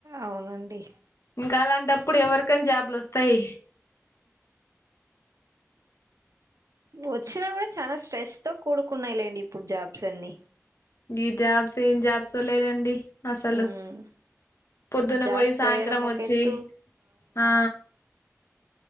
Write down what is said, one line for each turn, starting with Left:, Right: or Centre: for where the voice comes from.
Right: అవునండి
Left: ఇంకా అలాంటప్పుడు ఎవరికని జేబులు వస్తాయి
Right: వచ్చినా కూడా చాలా స్ట్రెస్ తో కూడుకున్నాలేండి ఇప్పుడు జాబ్స్ అన్ని
Left: ఈ జాబ్స్ ఏం జాబ్స్లేదండి అసలు
Right: ఉమ్
Left: పొద్దున
Right: జాబ్స్
Left: పోయి సాయంత్రం
Right: చేయడం ఒక
Left: వచ్చి
Right: ఎత్తు
Left: ఆ